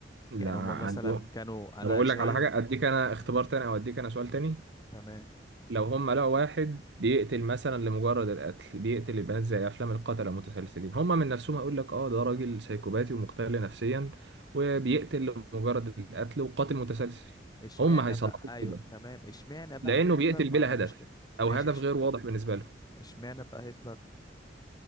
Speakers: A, on the right; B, on the left.
A: لا
B: يعني
A: عندهم
B: هما مثلا كانوا
A: طب
B: انا
A: اقول
B: شايف
A: لك على حاجه اديك انا اختبار تاني او اديك انا سؤال تاني
B: تمام
A: لو هم لقوا واحد بيقتل مثلا لمجرد القتل بيقتل البنات زي افلام القتلة المتسلسلين هم من نفسهم يقول لك اه ده راجل سايكوباتي ومختل نفسيا وبيقتل لمجرد القتل وقاتل متسلسل
B: اشمعنى
A: هم هيصنفوه
B: بقى ايوه
A: كده
B: تمام اشمعنى بقى
A: لانه
B: هتلر
A: بيقتل
B: ما
A: بلا
B: عملوش
A: هدف
B: كده ماشي
A: او هدف
B: إش-
A: غير واضح بالنسبة لهم
B: اشمعنى بقى هتلر